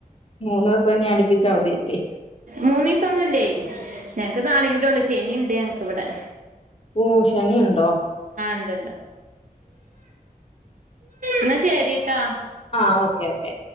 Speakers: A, on the left (about 40°); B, on the right (about 60°).
A: മൂന്ന് ദിവസം ഞാാനിപ്പിച്ച അവധല്ലേ
B: മൂന്നു ദിവസം ഒന്നുമല്ലേ ഞങ്ങക്ക് നാളെയും കൂടിയേള്ളു ശനിയ ഉണ്ട് ഞങ്ങക്കിവിടെ
A: ഓ ശനിയുണ്ടോ
B: ഉണ്ട് എന്നാ ശരിട്ടോ
A: ആഹ ഓക്കെ ഓക്കെ